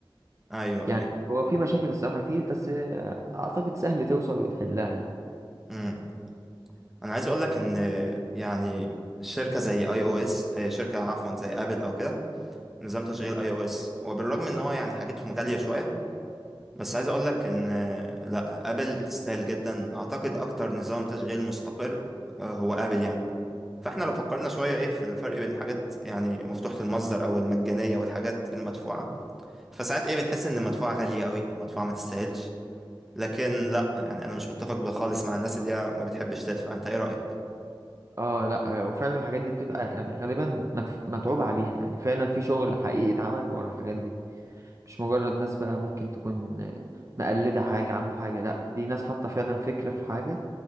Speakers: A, in the centre; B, on the right.
A: ايوه
B: يعني
A: ايوه
B: هو في مشاكل الصراحة كتير بس آه، اعتقد سهل توصل وتحلها يعني
A: امم انا عايز اقول لك ان يعني شركه زي اي او اس شركه عفوا زي ابل او كده نظام تشغيل اي او اس وبالرغم ان هو يعني حاجتهم غاليه شويه بس عايز اقول لك ان آه، لا ابل تستاهل جدا اعتقد اكتر نظام تشغيل مستقر آه، هو ابل يعني فاحنا لو فكرنا شويه ايه في الفرق بين حاجات يعني مفتوحه المصدر او المجانيه والحاجات المدفوعه فساعات ايه بنحس ان المدفوعة غالية قوي المدفوعة ما تستاهلش لكن لا يعني انا مش متفق خالص مع الناس اللي هي ما بتحبش تدفع انت ايه رأيك
B: اه لا وفعلا الحاجات دي بتبقى يعني غالبا مدف- متعوب عليها يعني فعلا في شغل حقيقي اتعمل ورا الحاجات دي مش مجرد ناس بقى ممكن تكون آه، مقلدة حاجة عاملة حاجة لا دي ناس حاطة فعلا فكرة في حاجة